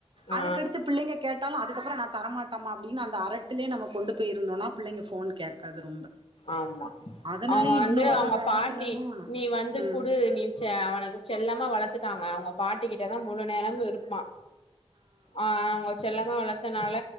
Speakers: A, on the left; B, on the right.
A: ஆ
B: அதுக்கடுத்து பிள்ளிக கேட்டாலு அதுக்கப்றோ நா தரமாட்ட அப்டின்னு அந்த அறட்டிலே நம்ம கொண்டு இருந்தோனா புள்ளிங்க ஃபோன் கேக்காது ரொம்ப
A: ஆமா
B: அதனாலயே
A: அவங்க
B: இன்னு
A: வந்து
B: வர்ற
A: அவங்க
B: காலத்துலலா
A: பாட்டி நீ வந்து
B: ம்
A: குடு நீ செ அவன செல்லமா வளத்துட்டாங்க அவங்க பாட்டி கிட்டதா முழு நேரமு இருப்பா ஆ அவங்க செல்லாம வளத் தனால